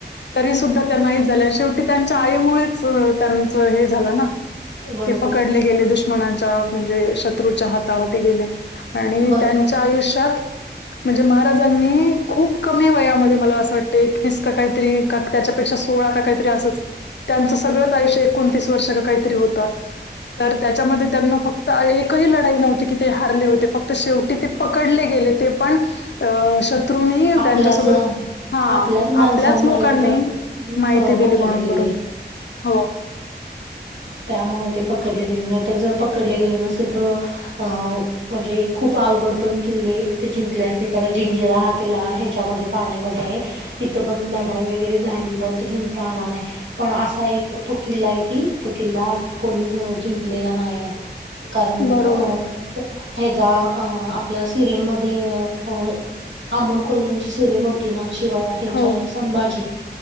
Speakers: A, on the left; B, on the right.
A: तरी सुद्धा त्यांनाहीच झाले शेवटी त्यांच्या आईमुळेच त्यांचं हे झालं ना.
B: बरोबर
A: ते पकडले गेले दुश्मनाच्या म्हणजे शत्रूच्या हातावर गेले. आणि
B: बरोबर
A: त्यांच्या आयुष्यात म्हणजे महाराजांनी खूप कमी वयामध्ये मला असं वाटतं एकवीस का काहीतरी त्याच्या सो काहीत असच त्यांचं सगळंच आयुषय ण वर्ष का होत त्याच्या त्यांना फक्त एकही लढाई नव्हती. ह हो फक्त शेवटी ते पडले गेले ते पण तु
B: आपल्याच
A: त्यांच्यासोबत हा
B: आपल्याच माणसांमुळे
A: आपल्याच लोकांनी
B: ती पट
A: माहिती
B: प
A: दिली
B: पकडले
A: म्हणून
B: गेले
A: बरोबर हो.
B: त्यामुळे ते पकडले गेले नाहीतर जर पकडले गेले नसेल तर अ म्हणजे खूप अवघड पण किल्ले ते जिंकले असते कारण जिंजिरा हा किल्ला ह्याच्यामध्ये पाण्यामध्ये आहे. तिथं पण लढाई वगैरे झाली पण तो जिंकता आला नाही पण असा एक तो किल्ला आहे की तो किल्ला आज कोणीच जिंकलेला नाहीय कारण
A: बरोबर
B: अ
A: आहे
B: ह्याचा अ आपल्या सिरियल मध्ये अ अ अमोल कोल्ल्या ची सिरियल हो. तिना शिवाळा हच्या
A: हो
B: संभाजी